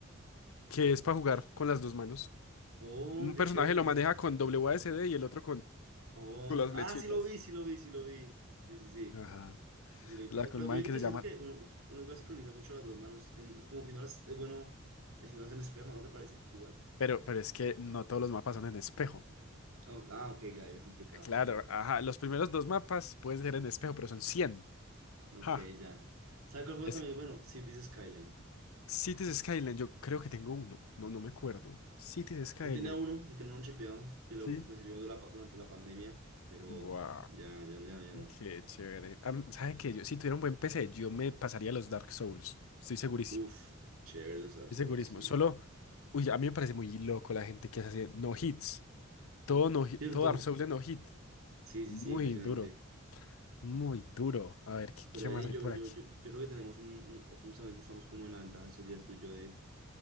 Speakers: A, on the left; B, on the right.
A: que es para jugar con las dos manos.
B: Oh,
A: Un
B: qué
A: personaje
B: chévere.
A: lo maneja con WASD y el otro con,
B: Oh,
A: con las flechitas.
B: ah, sí lo vi, sí lo vi, sí lo vi. Sí, sí, sí.
A: Ajá.
B: Sí lo vi por
A: La
B: ahí.
A: con
B: Pero
A: man
B: yo creo
A: que
B: que
A: se
B: siento
A: llama.
B: que uno, uno igual sincroniza mucho las dos manos. En, como que no las es bueno haciéndolas en espejo, ¿no te parece? Igual.
A: Pero, pero es que no todos los mapas son en espejo.
B: Ah, ok, ah, ok, ya, ya complicado.
A: Claro, ajá. Los primeros dos mapas pueden ser en espejo, pero son cien
B: Ok,
A: Ja.
B: ya. ¿Sabes cuál juego
A: Es
B: también? Bueno, Cities Skyline.
A: Cities Skyline, yo creo que tengo uno. No, no me acuerdo. Cities Skyline.
B: Yo tenía uno, yo tenía uno chipeado que lo,
A: Sí.
B: me sirvió de la pa- durante la pandemia, pero
A: Wow,
B: ya, ya, ya, ya no.
A: qué chévere. Am- ¿Sabe qué? Yo, si tuviera un buen PC, yo me pasaría los Dark Souls. Estoy segurísimo.
B: Uf, chévere los Dark
A: Estoy
B: Souls,
A: segurísimo.
B: sí.
A: Solo, uy, a mí me parece muy loco la gente que hace no hits. Todo, no, hit-
B: ¿Cierto?
A: todo Dark Souls de no hit.
B: Sí, sí,
A: Muy
B: sí, impresionante.
A: duro. Muy duro. A ver, ¿qué,
B: Pero
A: qué
B: Denis,
A: más hay
B: yo,
A: por
B: yo,
A: aquí?
B: yo, yo creo que tenemos un, un- o justamente estamos como en la ventaja estos días tú y yo de